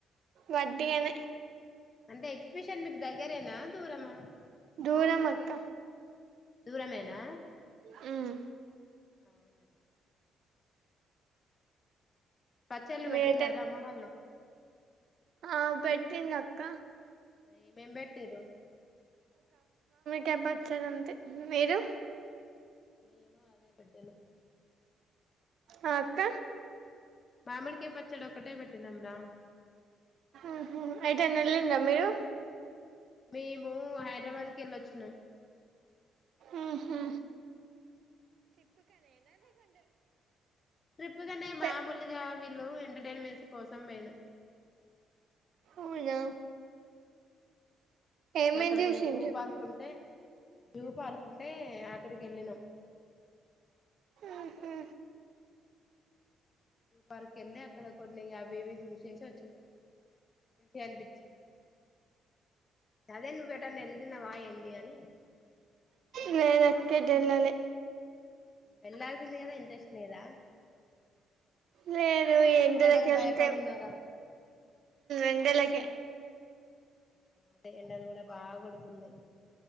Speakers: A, on the right; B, on the left.
A: వట్టిగానే
B: అంటే ఎగ్జిబిషన్ మీకు దగ్గరేనా దూరమా
A: దూరం అక్క
B: దూరమేనా
A: మ్
B: అవునా పచ్చళ్ళు
A: మీరేటన్
B: పెట్టిలారా అమ్మ వాళ్లు
A: ఆ పెట్టింది అక్క
B: అ మేంబ పెట్టిర్రు
A: టబ్బచ్చార అంతే మీరు
B: మామిడికాయ పచ్చడి
A: ఆ అక్క
B: మామిడికాయ పచ్చడి ఒక్కటే పెట్టినాం రా
A: ఉహు ఎటైనా ఎల్లిండ్రా మీరు
B: మేము హైదరాబాద్ కి వెళ్లి వచ్చినం
A: ఉహా
B: ట్రిప్పుగానే
A: పె
B: మామూలుగా వీళ్లు ఎంటర్‌టైన్మెంట్ కోసం పోయిన
A: అవునా ఏమేం
B: ఇంకా అక్కడ
A: చూసిండ్రు
B: కొంచెం జూ పార్క్ ఉంటే జూ పార్క్ ఉం టే ఆగ్ ఇక్కడికి ఎల్లినం
A: ఉహు
B: పర్కు వెళ్ళి అక్కడ కొన్ని అవి ఇవి చూసేసి వచ్చినం మంచిగా అనిపించింది అదే నువ్వు ఏటన్న వెళ్ళినావా ఏంది నీ అని
A: లేదు అక్క <unintelligible>
B: వెళ్లాల్సింది కదా ఇంట్రెస్ట్ లేదా
A: నేను ఎండెలకి
B: ఎండలకు
A: వెళ్తే
B: భయపడున్నారా
A: ఎండెలకి
B: అదే ఎండలు కూడా బాగా కొడుతుంది